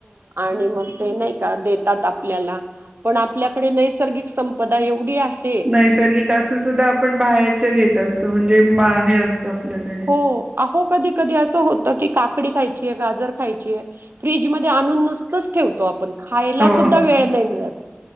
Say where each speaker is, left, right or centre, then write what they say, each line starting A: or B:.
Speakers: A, on the right; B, on the right.
A: आणि मग ते नायं त्या देतात आपल्याला पण आपल्याकडे नैसर्गिक संपदा एवढी आह
B: नैसर्गिक असून सुद्धा आपण बाहेरचे घेत असतो म्हणजे म हे असत आपल्याक
A: हो. अहो कधी कधी असं होत की काकडी खायचीये गाजर खायचीये फ्रीज मध्ये आणून नुस तच ठेवतो आपण खायला
B: हो
A: सुद्धा वेळ नाही मिळत